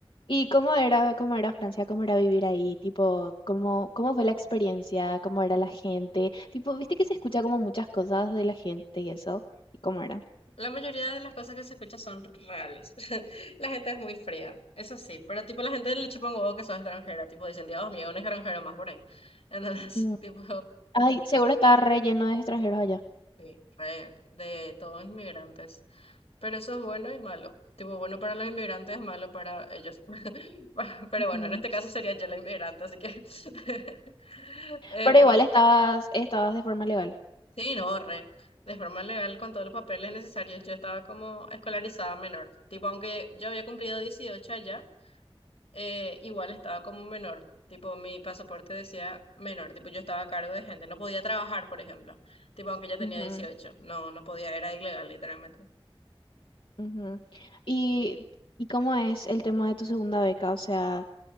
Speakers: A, on the left (about 60°); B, on the left (about 80°).
A: ¿Y cómo era, cómo era Francia? ¿Cómo era vivir ahí? Tipo, ¿cómo, cómo fue la experiencia? ¿Cómo era la gente? Tipo, viste que se escucha como muchas cosas de la gente y eso. ¿Y cómo era?
B: La mayoría de las cosas que se escuchan son reales. <laughs> La gente es muy fría, eso sí, pero tipo la gente le chupa un huevo que son extranjera, tipo dicen, Dios mío, un extranjero más por ahí. Entonces,
A: Mm.
B: <laughs> tipo,
A: Ay, seguro estaba re lleno de extranjeros allá.
B: Sí, re, de todos inmigrantes. Pero eso es bueno y malo. Tipo, bueno para los inmigrantes, malo para ellos. <laughs> Pero
A: Ujú.
B: bueno, en este caso sería yo la inmigrante, así que... <laughs> eh,
A: Pero igual estabas, estabas de forma legal.
B: sí, no, re. De forma legal, con todos los papeles necesarios, yo estaba como escolarizada menor. Tipo, aunque yo había cumplido 18 allá, eh, igual estaba como menor. Tipo, mi pasaporte decía menor. Tipo, yo estaba a cargo de gente. No podía trabajar, por ejemplo. Tipo, aunque ya tenía
A: Ujú,
B: dieciocho No, no podía, era ilegal, literalmente.
A: ujú. ¿Y, y cómo es el tema de tu segunda beca? O sea,